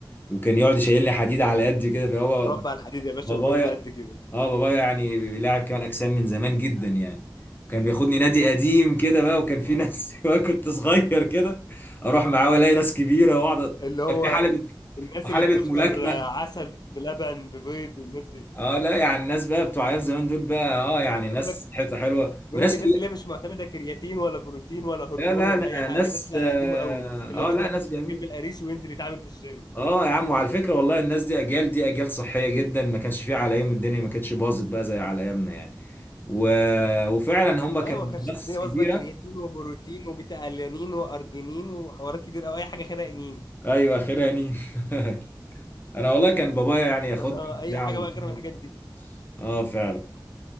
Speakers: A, on the left; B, on the left.
A: وكان يقعد يشيلني حديد على قدي كده فهو
B: متربع على الحديد يا باشا
A: بابايا
B: من وانت قد كده
A: اه بابايا يعني لاعب كمال اجسام من زمان جدا يعني كان بياخدني نادي قديم كده بقى وكان
B: آه.
A: في ناس <laughs> وانا كنت صغير كده اروح معاه والاقي ناس كبيره واقعد
B: اللي هو
A: كان في حلبة
B: ال- الناس
A: وحلبة
B: اللي بتفطر
A: ملاكمة
B: آه، عسل بلبن ببيض والناس دي
A: اه لا يعني الناس بقى بتوع ايام زمان دول بقى اه يعني ناس
B: اقول لك
A: حته حلوه وناس
B: بيقول لك الناس اللي هي مش معتمده كرياتين ولا بروتين ولا هرمون
A: لا لا
B: ولا
A: لا
B: اي حاجه
A: ناس
B: الناس اللي
A: اه
B: على قديمه قوي اللي هو بيضرب
A: آه، لا ناس
B: حته
A: جميل
B: الجبن القريش وينزل يتعامل في الجيم
A: اه يا عم وعلى فكره والله الناس دي اجيال دي اجيال صحيه جدا ما كانش فيها على يوم الدنيا ما كانتش باظت بقى زي على ايامنا يعني و... وفعلا هم كانوا
B: ايوه ما كانش
A: ناس
B: الدنيا
A: كبيره
B: باظت بقى كرياتين وبروتين وبيتا الانين وارجينين وحوارات كتير او اي حاجه خيرها انين
A: ايوه اخرها نيم <laughs> انا والله كان بابايا يعني ياخدني
B: <laughs> اي
A: وبتاع
B: حاجه
A: وبتاع.
B: بقى خير من الحاجات دي
A: اه فعلا